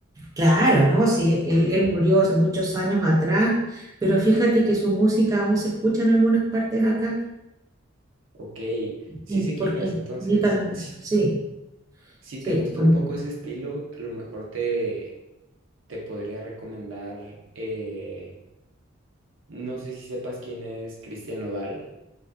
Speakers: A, on the right (about 20°); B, on the right (about 80°).
A: claro, no, sí, él, él murió hace muchos años atrás, pero fíjate que su música aún se escucha en algunas partes acá.
B: Ok, sí
A: Y
B: sé
A: porque
B: quién es.
A: es
B: Entonces,
A: bonita la música,
B: si,
A: sí,
B: si
A: sí.
B: te gusta
A: bonita.
B: un poco ese estilo, a lo mejor te, te podría recomendar, eh, no sé si sepas quién es Cristian Nodal.